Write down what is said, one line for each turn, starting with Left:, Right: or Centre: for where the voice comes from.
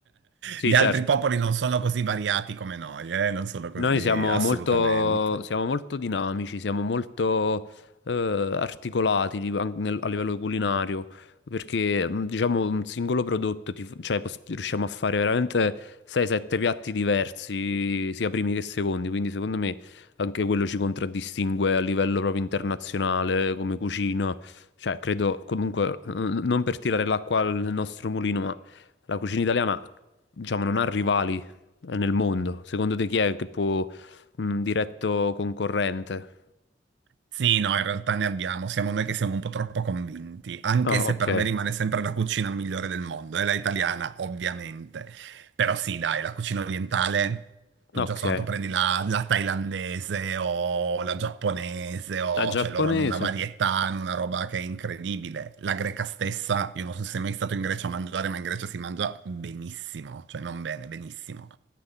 Left: Sì,
Right: gli
Left: certo.
Right: altri popoli non sono così variati come noi, eh? Non sono così
Left: Noi siamo
Right: assolutamente.
Left: molto, siamo molto dinamici, siamo molto eh, articolati di- an- nel- a livello culinario, perché mh, diciamo un singolo prodotto, ti f- cioè, poss- riusciamo a fare veramente 6-7 piatti diversi, sia primi che secondi, quindi secondo me anche quello ci contraddistingue a livello proprio internazionale come cucina, cioè credo comunque, n- non per tirare l'acqua al nostro mulino, ma la cucina italiana diciamo non ha rivali nel mondo? Secondo te chi è che può un diretto concorrente?
Right: Sì, no, in realtà ne abbiamo, siamo noi che siamo un po' troppo convinti, anche
Left: Ah,
Right: se
Left: ok,
Right: per me rimane sempre la cucina migliore del mondo, è la italiana, ovviamente. Però sì, dai, la cucina orientale
Left: ok.
Right: tu già soltanto prendi la, la thailandese o la giapponese, o,
Left: La giapponese?
Right: cioè loro hanno una varietà, hanno una roba che è incredibile. La greca stessa, io non so se sei mai stato in Grecia a mangiare, ma in Grecia si mangia benissimo, cioè non bene, benissimo.